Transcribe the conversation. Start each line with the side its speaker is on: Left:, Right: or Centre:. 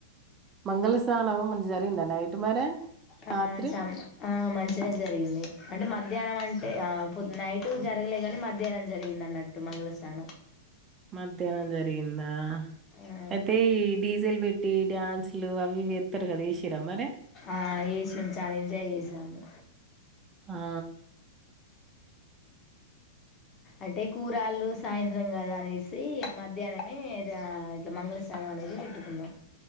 Right: మంగళస్థానం మంచిగా జరిగిందా నైట్ మరి
Left: ఆ
Right: రాత్రి
Left: చాం ఆ మంచిగానే జరిగింది అంటే మధ్యాహ్నం అంటే పో నైటు జరగలేగాని మధ్యాహ్నం జరిగింది అన్నట్టు మంగళస్నానం
Right: మధ్యాహ్నం జరిగిందా
Left: ఆ
Right: అయితే ఈ డీ జే లు పెట్టి డ్యాన్సులు అవి ఇవి ఏస్తారు కదా ఎస్సింరా మరి
Left: ఆ ఏసిన్రు చాలా ఎంజాయ్ చేసాము
Right: ఆ
Left: అంటే కూరాళ్ళు సాయంత్రం కదా అనేసి మధ్యాహ్నమే దా ఇట్లా మంగళస్నానం అనేది పెట్టుకున్నాం